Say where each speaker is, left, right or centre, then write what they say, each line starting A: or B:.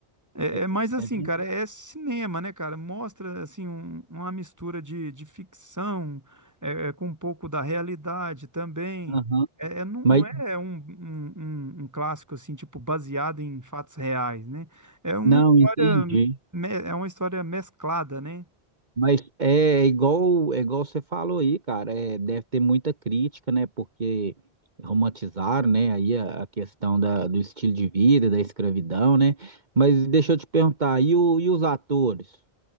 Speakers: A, on the right; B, on the right.
A: É,
B: é,
A: é mais assim,
B: é verdade.
A: cara, é cinema, né, cara? Mostra, assim, um- uma mistura de, de ficção é, é, com um pouco da realidade também.
B: Aham.
A: É, é não,
B: Mas
A: não é um, um, um- um clássico, assim, tipo, baseado em fatos reais, né? É uma
B: não
A: história,
B: entendi.
A: me- é uma história mesclada, né?
B: Mas é igual, é igual você falou aí, cara. É, deve ter muita crítica, né? Porque romantizaram, né? Aí a, a questão da, do estilo de vida, da escravidão, né? Mas deixa eu te perguntar, e, o, e os atores?